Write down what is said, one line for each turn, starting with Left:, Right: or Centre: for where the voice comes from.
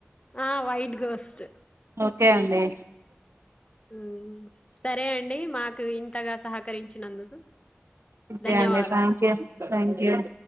Left: ఆ వైట్ గోస్ట్
Right: కే అండీ.
Left: మ్మ్, సరేఅండి. మా క్ ఇంతగా సహకరించినందుకు
Right: ఓకే
Left: ధన్యవాదాలు.
Right: అండి Thank you thank you